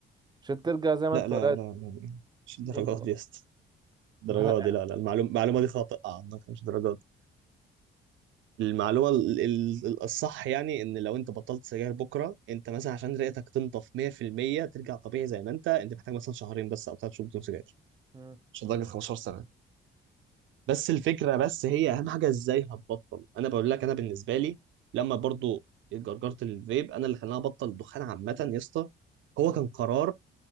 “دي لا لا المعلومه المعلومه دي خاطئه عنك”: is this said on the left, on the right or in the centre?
Right